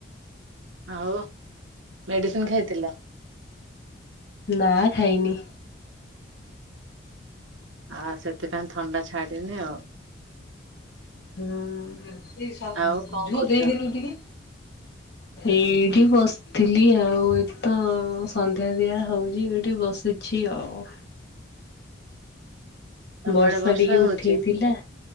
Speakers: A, on the right (about 80°); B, on the left (about 60°).
A: ଆଉ ମେଡ଼ିସିନ୍ ଖାଇଥିଲ?
B: ନା ଖାଇନି।
A: ଆଉ ସେଥିପାଇଁ ଥଣ୍ଡା ଛାଡ଼ିନି ଆଉ।
B: ହୁଁ ଏ ଝୁଅ
A: ଆଉ କଣ କରୁଛ?
B: ଦେଇଦେଲୁ ଟିକେ। ଏଇଠି ବସିଥିଲି ଆଉ ଏତ ସନ୍ଧ୍ୟା ଦିଆ ହଉଛି ଏଇଠି ବ ସିଛି ଆଉ।
A: ତମ
B: ବର୍ଷା
A: ଆଡେ
B: ଟିକେ
A: ହଉଛି?
B: ଉଠେଇଥିଲା।